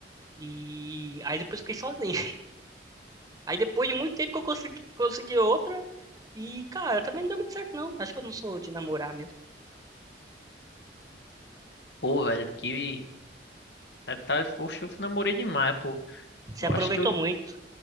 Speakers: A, on the right; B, on the left.
A: E aí depois eu fiquei sozinho. <laughs> Aí depois de muito tempo que eu consegui, consegui outra, e, cara, também não deu muito certo, não. Acho que eu não sou de namorar mesmo.
B: Pô, velho, que... Tá, poxa, eu namorei demais, pô.
A: Você
B: Eu
A: aproveitou
B: acho que eu
A: muito.